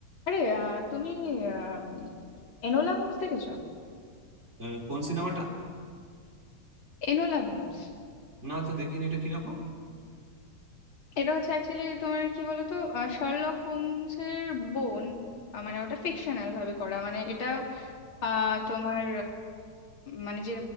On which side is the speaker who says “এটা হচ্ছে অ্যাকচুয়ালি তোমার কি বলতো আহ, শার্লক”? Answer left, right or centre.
Left